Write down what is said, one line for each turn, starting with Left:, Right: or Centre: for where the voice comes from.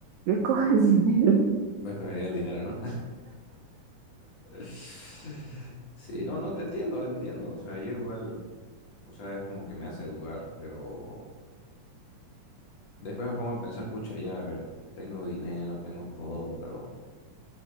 Right: yo escojo el <laughs> dinero.
Left: Me escogería el dinero, ¿no? <laughs> Sí, no, no, te entiendo, entiendo. O sea, yo igual, o sea, es como que me hace dudar, pero después me pongo a pensar, pucha, ya, a ver, tengo dinero, tengo todo, pero